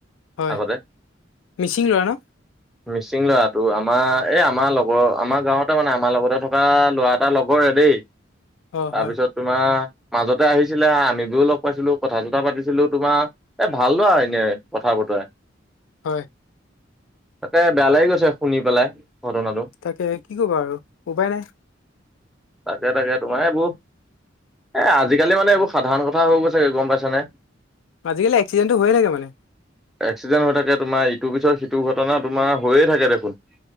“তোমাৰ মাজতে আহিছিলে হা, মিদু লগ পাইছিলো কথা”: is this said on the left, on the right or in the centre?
Centre